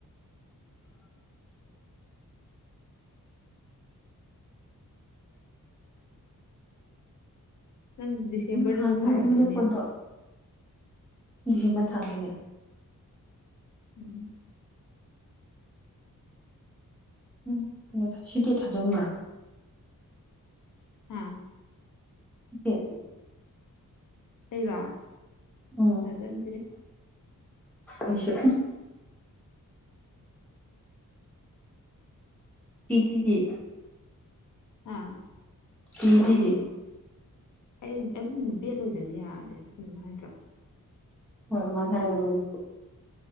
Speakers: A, on the left; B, in the centre.
A: ꯅꯪ ꯗꯤꯁꯦꯝꯕꯔꯗꯁꯨ
B: ꯅꯍꯥꯟ ꯅꯪ
A: ꯊꯥꯔꯣꯏꯗ꯭ꯔꯣ
B: ꯑꯩꯉꯣꯟꯗ
A: ꯅꯦꯠꯇꯣ
B: ꯐꯣꯟ ꯇꯧ ꯗꯤꯁꯦꯝꯕꯔ ꯊꯗꯣꯢꯅꯦ
A: ꯎꯝ
B: ꯎꯝ ꯀꯩꯅꯣ ꯁꯤꯗꯤ ꯊꯥꯖꯤꯟꯕ꯭ꯔꯣ
A: ꯍꯥ
B: ꯇꯦꯠ
A: ꯑꯩꯔꯣ
B: ꯎꯝ
A: ꯊꯥꯖꯟꯗꯦ
B: ꯑꯩꯁꯨ ꯇꯤ ꯇꯤꯗꯤ
A: ꯑꯥ
B: ꯇꯤꯇꯤꯗꯤ
A: ꯑꯩ ꯑꯗꯨ ꯕꯦꯠ ꯂꯣꯏꯗꯗꯤ ꯌꯥꯗꯦ ꯑꯗꯨꯅ ꯍꯥꯏꯗ꯭ꯔꯣ
B: ꯍꯣꯏ ꯑꯗꯨꯃꯢ ꯍꯥꯢꯕꯅꯦ